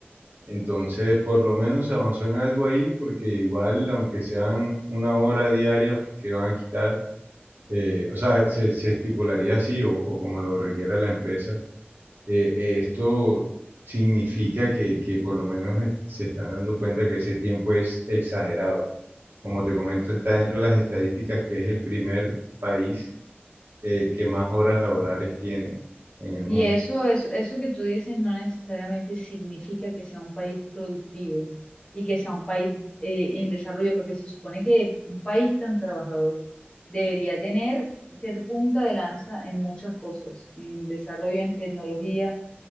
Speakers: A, on the right (about 60°); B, on the left (about 25°).
A: Entonces, por lo menos se avanzó en algo ahí, porque igual, aunque sean una hora diaria que van a quitar, eh, o sea, se, se estipularía así o, o como lo requiera la empresa. Eh, eh, esto significa que, que por lo menos es- se están dando cuenta que ese tiempo es exagerado. Como te comento, está dentro de las estadísticas que es el primer país eh, que más horas laborales tiene en el
B: Y
A: mundo.
B: eso, eso, eso que tú dices no necesariamente significa que sea un país productivo y que sea un país eh, en desarrollo, porque se supone que un país tan trabajador debería tener, ser punta de lanza en muchas cosas, en desarrollo, en tecnología,